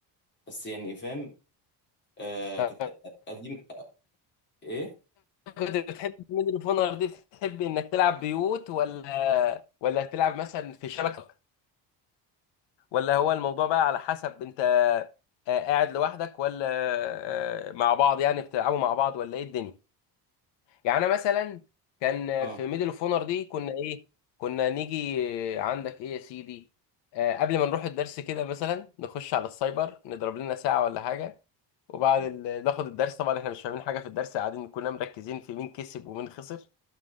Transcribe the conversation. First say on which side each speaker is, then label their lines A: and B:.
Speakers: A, on the left (about 25°); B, on the left (about 90°).
A: بس يعني فاهم آه...
B: طب
A: كانت قديم ايه
B: كنت بتحب ميدل اوف هونر دي بتحب انك تلعب بيوت ولا ولا تلعب مثلا في شبكه ولا هو الموضوع بقى على حسب انت آه، قاعد لوحدك ولا آه، مع بعض يعني بتلعبوا مع بعض ولا ايه الدنيا يعني انا مثلا كان
A: اه
B: في ميدل اوف اونر دي كنا ايه كنا نيجي آه، عندك ايه يا سيدي آه، قبل ما نروح الدرس كده مثلا نخش على السايبر نضرب لنا ساعة ولا حاجة وبعد
A: آه.
B: ال... ناخد الدرس طبعا احنا مش فاهمين حاجة في الدرس قاعدين كلنا مركزين في مين كسب ومين خسر